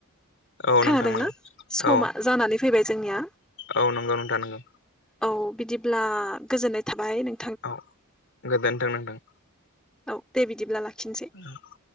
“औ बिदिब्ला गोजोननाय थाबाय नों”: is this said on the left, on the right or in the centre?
Centre